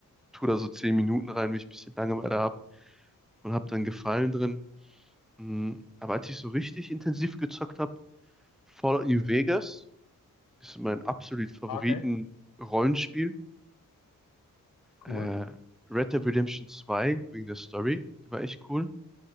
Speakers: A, in the centre; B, on the left.
A: tue da so 10 Minuten rein, wenn ich ein bisschen Langeweile habe und habe dann Gefallen drin. Mm, Aber als ich so richtig intensiv gezockt habe, Fallout New Vegas ist mein absolut Favoriten-Rollenspiel.
B: Ah, Okay, cool.
A: äh, Red Dead Redemption zwei wegen der Story. Die war echt cool.